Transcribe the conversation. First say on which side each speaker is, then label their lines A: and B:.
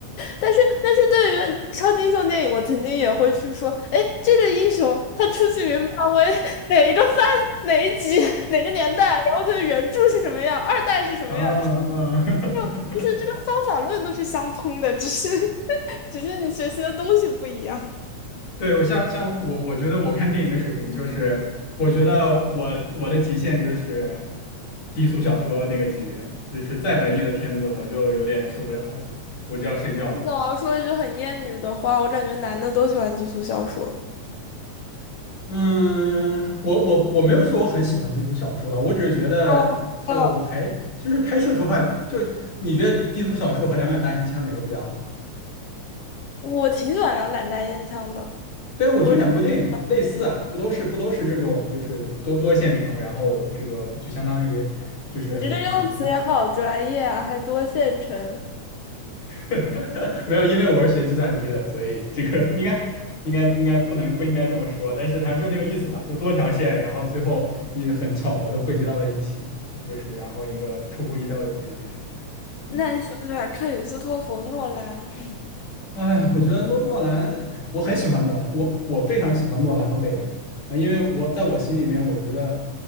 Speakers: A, on the left; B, on the left.
A: 但是，但是对于超级英雄电影，我曾经也会去说，哎，这个英雄他出自于漫威哪一个番、哪一集、哪个年代，然后他的原著是什么样，二代是什么样，
B: 啊啊，
A: 就是这种就是这个方法论都是相通的，
B: <laughs>
A: 只是 <laughs> 只是你学习的东西不一样。
B: 对，我像像我，我觉得我看电影的水平就是，我觉得我我的极限就是低俗小说那个级别，就是再文艺的片子我就有点受不了了，我就要睡觉了。
A: 那我要说一句很厌女的话，我感觉男的都喜欢低俗小说。
B: 嗯，我我我没有说我很喜欢低俗小说吧，我只是觉得就还就是拍摄手法，
A: 哦，哦，
B: 就你觉得低俗小说和两杆大烟枪哪个比较好？
A: 我挺喜欢两盏大烟枪的，
B: 对啊，我觉得两部电影类似啊，
A: 我真的，
B: 不都是不都是这种就是多多线程，然后这个就相当于就是嗯
A: 你这个用词也好专业啊，还多线程。
B: <laughs> 没有，因为我是学计算机的，所以这个应该应该应该不能不应该这么说，但是它就那个意思吧，就多条线，然后最后也很巧合的汇集到了一起啊，就是然后一个出乎意料的结局。嗯，
A: 那你喜不喜欢克里斯托弗·诺兰？<laughs>
B: 哎，我觉得诺诺兰，我很喜欢诺兰，我我非常喜欢诺兰和贝尔啊，因为我在我心里边，我觉得